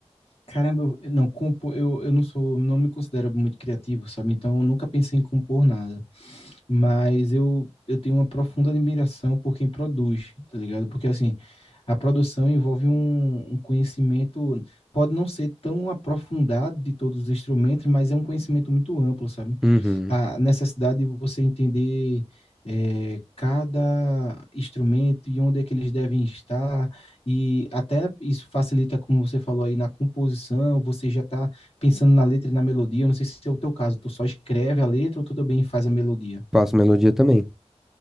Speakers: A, on the left; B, in the centre.
A: Caramba, eu- eu não, compor, eu, eu não sou, não me considero muito criativo, sabe? Então eu nunca pensei em compor nada. Mas eu, eu tenho uma profunda admiração por quem produz, tá ligado? Porque assim, a produção envolve um, um conhecimento, pode não ser tão aprofundado de todos os instrumentos, mas é um conhecimento muito amplo, sabe?
B: Uhum.
A: a necessidade de você entender é, cada instrumento e onde é que eles devem estar, e até isso facilita, como você falou aí, na composição, você já está pensando na letra e na melodia. Eu não sei se é o teu caso, tu só escreve a letra ou tu também faz a melodia?
B: Faço melodia também.